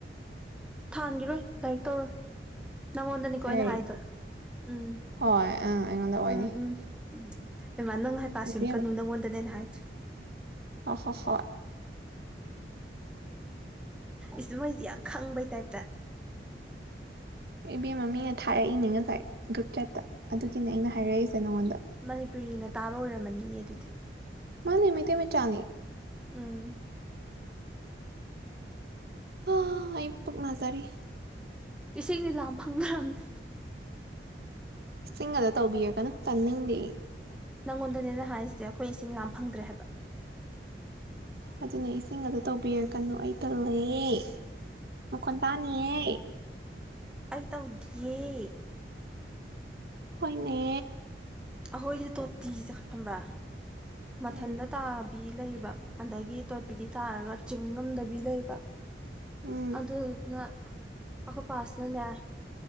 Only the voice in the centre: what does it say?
ꯊꯥꯟꯈꯤꯔꯣꯏ ꯂꯥꯏꯔꯤꯛ ꯇꯧꯔꯣꯏ ꯅꯪꯉꯣꯟꯗꯅꯤꯀꯣꯅ
ꯍꯥꯏꯗꯣ ꯎꯝ
ꯎꯝ ꯎꯝ ꯎ ꯑꯦꯃꯥ ꯅꯪ ꯍꯥꯏ ꯄꯁꯤ
ꯀꯅꯨ ꯅꯪꯉꯣꯟꯗꯅꯦꯅ ꯍꯥꯏ
ꯏ ꯃꯩꯁ ꯌꯥꯝ ꯈꯪꯕꯩ ꯇꯠꯇ
ꯃꯅꯤꯄꯨꯔꯤꯅ ꯇꯥꯕ ꯑꯣꯏꯔꯝꯃꯅꯤꯌꯦ ꯑꯗꯨꯗꯤ
ꯎꯝ
ꯏꯁꯤꯡꯅꯤ ꯂꯥ ꯐꯪꯈ꯭ꯔꯕꯅꯦ
ꯅꯪꯉꯣꯟꯗꯅꯦꯅ ꯍꯥꯏꯔꯤꯁꯦ ꯑꯩꯈꯣꯏ ꯏꯁꯤꯡ ꯌꯥꯝꯥ ꯐꯪꯗ꯭ꯔꯦ ꯍꯥꯏꯕ
ꯑꯩꯏ ꯇꯥꯎꯗꯤꯦ
ꯑꯩꯈꯣꯏꯗꯤ ꯇꯣꯇꯤꯁꯦ ꯈꯕ꯭ꯔꯥ ꯃꯊꯟꯗ
ꯇꯥꯕꯤ ꯂꯩꯕ ꯑꯗꯒꯤ ꯇꯣꯇꯤꯗꯤ ꯇꯥꯔꯒ ꯆꯤꯡ ꯉꯝꯗꯕꯤ ꯂꯩꯕ
ꯑꯗꯨꯅ ꯑꯈꯣꯏ ꯄꯥꯁꯅꯦꯅꯦꯦ